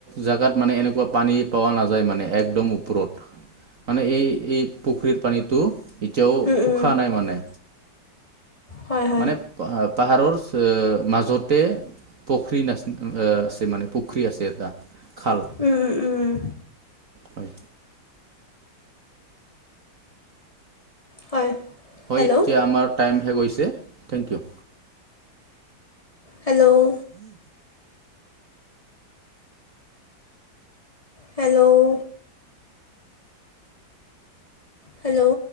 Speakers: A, on the right; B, on the left.
A: জেগাত মানে এনেকুৱা পানী পোৱা নাযায় মানে একদম ওপৰত মানে এই এই পুখুৰীৰ পানীটো এতিয়াও
B: উম,
A: শুখা
B: উম।
A: নাই মানে।
B: হয় হয়
A: মানে পাহাৰৰ মাজতে পুখুৰী নাচ আছে মানে পুখুৰী আছে এটা খাল
B: উম উম উম
A: হয়
B: হয়
A: হয়
B: হেল্ল'
A: এতিয়া আমাৰ টাইমহে গৈছে thank you
B: hello hello hello